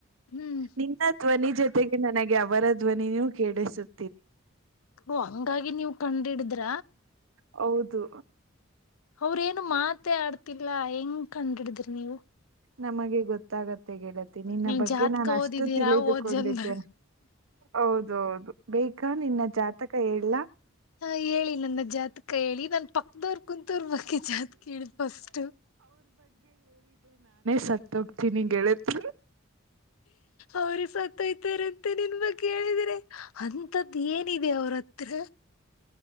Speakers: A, on the left (about 80°); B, on the right (about 70°).
A: ಹ್ಮ್
B: ನಿನ್ನ ಧ್ವನಿ ಜೊತೆಗೆ ನನಗೆ ಅವರ ಧ್ವನಿಯೂ ಕೇಳಿಸುತ್ತೆ
A: ಓ ಹಂಗಾಗಿ ನೀವು ಕಂಡ ಹಿಡಿದ್ರ
B: ಹೌದು
A: ಅವ್ರೇಏನು ಮಾತೆ ಆಡ್ತಿಲ್ಲ ಹೆಂಗ್ ಕಂಡ್ ಹಿಡಿದ್ರಿ ನೀವು
B: ನಮಗೆ ಗೊತ್ತಾಗತ್ತೆ ಗೆಳತಿ ನಿನ್ನ
A: ನೀವ್
B: ಬಗ್ಗೆ
A: ಜಾತ್ಕ
B: ನಾನು ಅಷ್ಟು
A: ಓದಿದೀರಾ
B: ತಿಳಿದುಕೊಂಡಿದ್ದೇನೆ
A: ಓದ್ ಜನ್ದಾಗ
B: ಹೌದೌದು ಬೇ ಅಕಾ ನಿನ್ನ ಜಾತಕ ಹೇಳಲಾ
A: ಹಾ ಹೇಳಿ ನನ್ನ ಜಾತಕ ಹೇಳಿ ನನ್ ಪಕ್ದವ ಕುಂತರ್ ಬಕ ಜ ಅತ್ ಕೇಳ ಸ್ಟ್
B: ಸತ್ತ ಹೋಗ್ತಿಗೆಳತ್
A: ಅವರು ಸತ್ಯ್ತಾರಂತೆ ನಿನ್ ಬಗ್ಗೆ ಹೇಳಿದೀನಿ ಅಂತದ್ದ್ ಏನಿದೆ ಅವ್ರ ಹತ್ರ